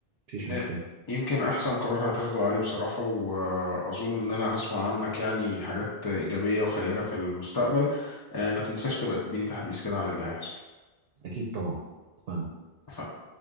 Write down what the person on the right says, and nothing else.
مفيش مشكلة
أكيد طبعا اتفقنا